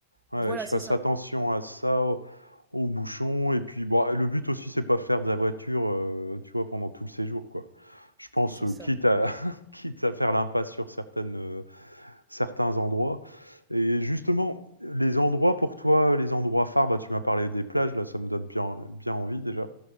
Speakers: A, on the left; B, on the right.
A: Ouais,
B: Voilà,
A: ouais, je
B: c'est
A: fasse
B: ça.
A: attention à ça, au aux bouchons et puis bon, le but aussi c'est pas faire de la voiture, heu, tu vois, pendant tout le séjour, quoi. Je pense,
B: C'est
A: heu,
B: ça.
A: quitte à <laughs> quitte à faire l'impasse sur certaines, heu, certains endroits et justement, les endroits pour toi, les endroits phares, bah, tu m'as parlé des plages, là, ça me donne bien bien envie déjà,